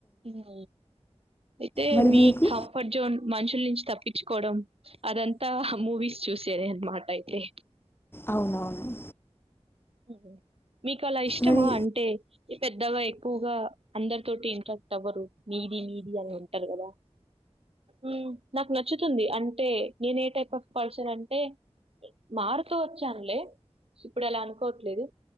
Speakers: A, on the right (about 60°); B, on the left (about 20°).
A: ఉమ్ అయితే
B: మరి
A: మీ
B: మీకు
A: కంఫర్ట్ జోన్ మనుషుల నుంచి తప్పిచుకోవడం అదంతా మూవీస్ చూసే అనమాట అయితే
B: అవునవును
A: ఉమ్ హు మీకు అలా ఇష్టమా
B: మరి
A: అంటే పెద్దగా ఎక్కువుగా అందరి తోటి ఇంట్రాక్ట్ అవ్వరు నీది నీది అని అంటరు కదా ఉమ్ నాకు నచ్చుతుంది అంటే నేనే టైప్ ఆఫ్ పర్సన్ అంటే మారుతూ వచ్చానులే ఇప్పుడు అలా అనుకోట్లేదు